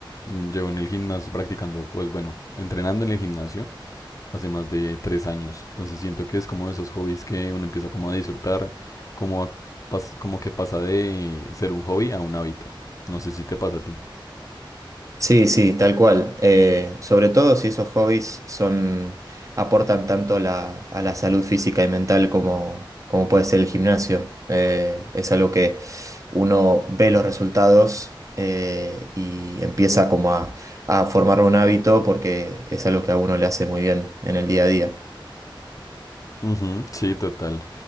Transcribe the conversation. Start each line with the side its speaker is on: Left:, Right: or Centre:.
Left: Mm, Llevo en el gimnasio practicando, pues bueno, entrenando en el gimnasio. hace más de tres años. Entonces siento que es como de esos hobbies que uno empieza como a disfrutar, como, a pas- como que pasa de ser un hobby a un hábito. No sé si te pasa a ti.
Right: Sí, sí, tal cual. Eh, sobre todo si esos hobbies son, aportan tanto la- a la salud física y mental como, como puede ser el gimnasio. Eh, es algo que uno ve los resultados eh, y empieza como a, a formar un hábito porque es algo que a uno le hace muy bien en el día a día.
Left: Ujú, sí, total.